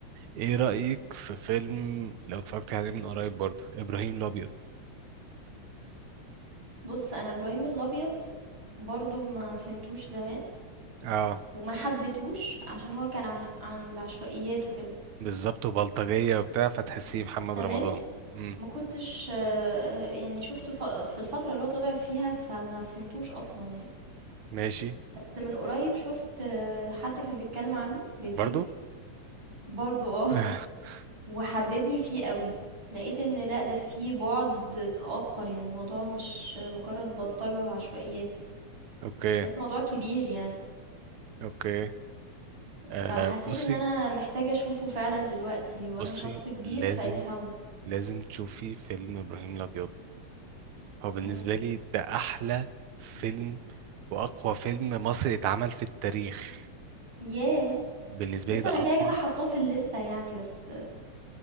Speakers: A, on the right (about 80°); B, on the right (about 40°).
A: ايه رأيك في فيلم لو اتفرجت عليه من قريب برضه ابراهيم الابيض
B: بُص، أنا إبراهيم الأبيض برضه ما فهمتوش زمان
A: اه
B: وما حبيتهوش عشان هو كان عن عن العشوائيات وكده،
A: بالظبط وبلطجية وبتاع فتحسيه محمد
B: تمام،
A: رمضان امم
B: ما كنتش آه، يعني شُفته ف في الفترة اللي هو طلع فيها فما فهمتوش أصلًا يعني،
A: ماشي
B: بس من قريب شُفت آه، حد كان بيتكلم عنه review
A: برضه
B: برضه آه، <laughs>
A: <laughs>
B: وحببني فيه أوي، لقيت إن لأ، ده فيه بُعد آخر يعني الموضوع مش مجرد بلطجة وعشوائيات،
A: اوكي
B: لقيت الموضوع كبير يعني.
A: اوكي
B: فحسيت
A: آه بصي
B: إن أنا محتاجة أشوفه فعلًا دلوقتي، وأنا
A: بصي
B: شخص كبير
A: لازم
B: فيفهمه.
A: لازم تشوفي فيلم ابراهيم الابيض هو بالنسبة
B: إمم.
A: لي ده أحلى فيلم وأقوى فيلم مصري اتعمل في التاريخ
B: ياه!
A: بالنسبة
B: بُص
A: لي ده
B: أنا كده،
A: أقوى
B: كده حاطاه في الليستة يعني، بس